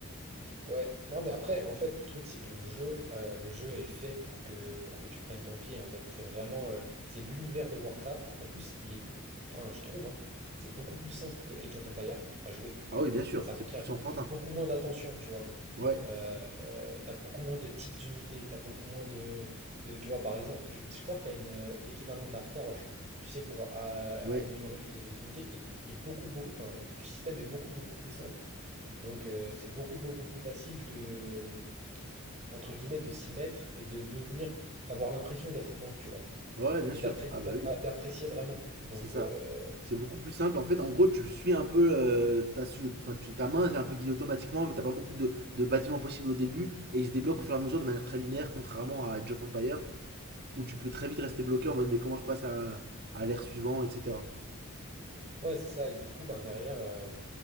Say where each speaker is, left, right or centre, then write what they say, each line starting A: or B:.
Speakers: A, on the right; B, on the right.
A: ouais. Non, mais après, en fait, le truc, c'est que le jeu, euh, le jeu est fait pour que pour que tu prennes ton pied. En fait, c'est vraiment, euh, c'est l'univers de Warcraft. En plus, il est, beau- enfin, je trouve, hein, c'est beaucoup plus simple que Age of Empire à jouer.
B: Ah oui, bien sûr,
A: Ça
B: c'est
A: requiert
B: plus enfantin.
A: beaucoup moins d'attention, tu vois.
B: Ouais,
A: Euh, Oui. euh, t'as beaucoup moins de types d'unités, t'as beaucoup moins de, de- Tu vois, par exemple, je, je crois que t'as une, euh, l'équivalent de la forge, tu sais, pour euh,
B: ouais,
A: améliorer les, les unités. Et il, il est beaucoup, beau, enfin, le, le système est beaucoup, beaucoup plus simple. Donc, euh, c'est beaucoup, beaucoup plus facile de, euh, entre guillemets, de s'y mettre et de devenir, d'avoir l'impression d'être bon, tu vois.
B: ouais, bien
A: Et
B: sûr.
A: d'apré-
B: Ah bah oui,
A: d'apprécier vraiment. Donc,
B: c'est ça.
A: euh,
B: C'est beaucoup plus simple. En fait, en gros, tu suis un peu euh, ta, sou- enfin, tu- ta main, c'est un peu guidée automatiquement. T'as pas beaucoup de, de bâtiments possibles au début et ils se débloquent au fur et à mesure de manière très linéaire, contrairement à Age of Empire où tu peux très vite rester bloqué en mode mais comment je passe à, à l'ère suivante, etc.
A: Ouais, c'est ça. Et du coup, ben, derrière, euh,